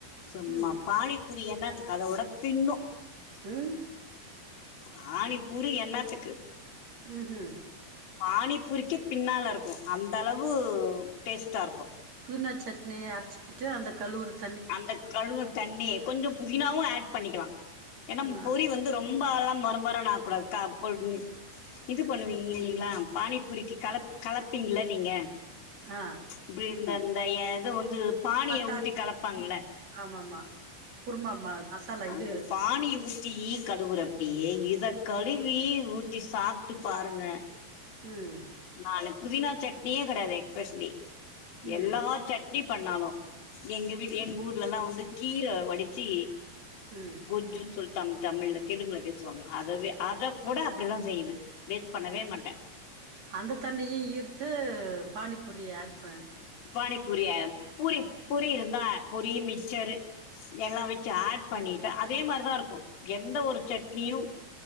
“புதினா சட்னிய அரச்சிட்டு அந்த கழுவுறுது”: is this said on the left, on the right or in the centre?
Right